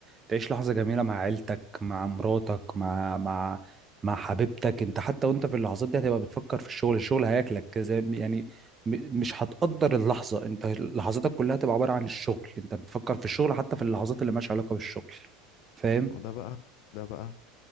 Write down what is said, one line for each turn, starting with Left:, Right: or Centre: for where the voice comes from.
Right: تعيش لحظه جميله مع عيلتك مع مراتك مع مع مع حبيبتك انت حتى وانت في اللحظات دي هتبقى بتفكر في الشغل الشغل هياكلك زي م- يعني م- مش هتقدر اللحظه انت لحظاتك كلها هتبقى عباره عن الشغل انت بتفكر في الشغل حتى في اللحظات اللي مالهاش علاقه بالشغل فاهم
Left: ما ده بقى ده بقى